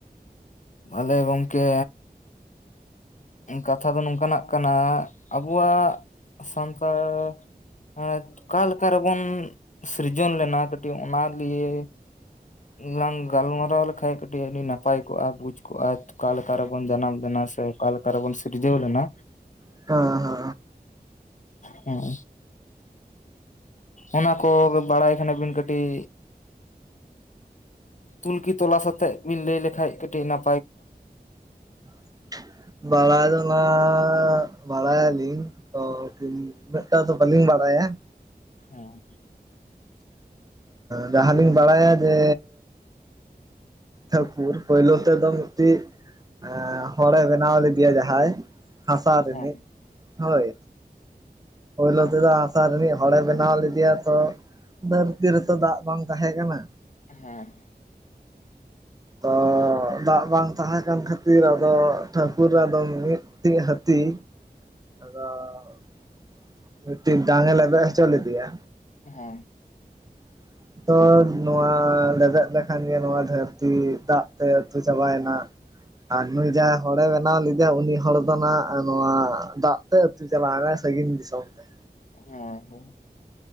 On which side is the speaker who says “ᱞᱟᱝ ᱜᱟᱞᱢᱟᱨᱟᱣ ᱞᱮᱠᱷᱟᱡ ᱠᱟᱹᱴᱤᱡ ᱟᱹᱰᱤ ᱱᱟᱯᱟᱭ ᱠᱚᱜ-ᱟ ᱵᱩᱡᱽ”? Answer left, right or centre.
Left